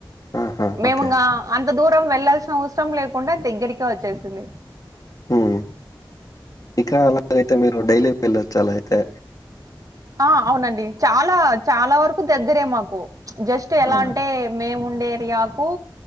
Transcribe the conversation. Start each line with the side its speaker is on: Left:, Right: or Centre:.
Left: ఆహా!
Right: మేముంగా
Left: ఓకే.
Right: అంత దూరం వెళ్లాల్సిన అవసరం లేకుండా దగ్గరికే ఒచ్చేసింది
Left: ఉహ్మ్ ఇకా అలాగైతే మీరు డైలీ వెళ్ళొచ్చు అలా అయితే
Right: ఆ అవునండి చాలా చాలా వరకు దగ్గరే మాకు జస్ట్ ఎలా
Left: ఆ!
Right: అంటే మేముండే రియాకు